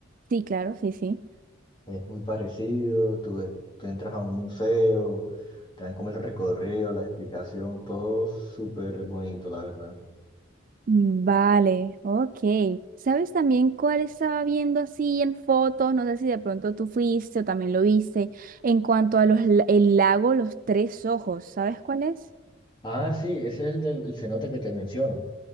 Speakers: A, on the right (about 45°); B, on the left (about 25°).
A: Sí, claro, sí, sí.
B: Es muy parecido, tú, e- tú entras a un museo, te dan como el recorrido, la explicación, todo súper bonito, la verdad.
A: Mm, Vale, ok. ¿Sabes también cuál estaba viendo así en fotos? No sé si de pronto tú fuiste o también lo viste. En cuanto a los, la- el lago Los Tres Ojos, ¿sabes cuál es?
B: Ah, sí, ese es el del el cenote que te menciono.